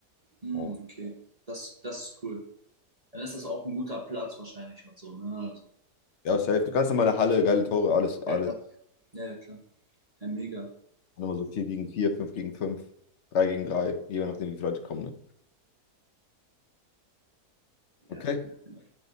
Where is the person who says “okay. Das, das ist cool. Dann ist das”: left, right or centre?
Right